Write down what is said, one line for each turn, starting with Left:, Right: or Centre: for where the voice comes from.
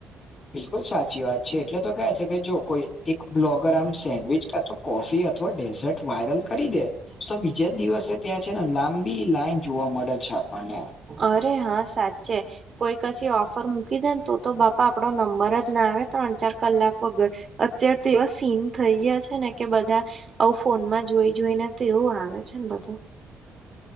Left: બિલકુલ સાચી વાત છે એટલે તો કે છે કે જો કોઈ એક બ્લોગર આમ સેન્ડવીચ કાતો કોફી અથવા ડેઝર્ટ વાયરલ કરી દે તો બીજે દિવસે ત્યાં છે ને લાંબી લાઈન જોવા મળે છે આપણને
Right: અરે હા સાચે કોઈ કસી ઓફર મૂકી દે ને તો તો બાપા આપડો નંબર જ ના આવે ત્રણ ચાર કલાક વગર અત્યારે તો એવા સીન થઈ ગયા છે ને કે બધા આવું ફોનમાં જોઈ જોઈને તો એવું આવે છે ને બધું